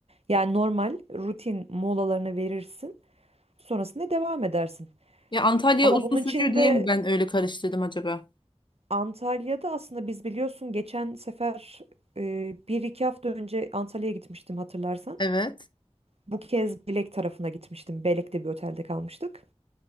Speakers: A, on the right; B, on the left.
A: Yani normal rutin molalarını verirsin. Sonrasında devam edersin.
B: Ya Antalya
A: Ama
B: uzun
A: bunun
B: sürüyor
A: için
B: diye
A: de
B: mi ben öyle karıştırdım acaba?
A: Antalya'da aslında biz biliyorsun geçen sefer e, bir iki hafta önce Antalya'ya gitmiştim hatırlarsan.
B: Evet.
A: Bu kez Belek tarafına gitmiştim. Belek'te bir otelde kalmıştık.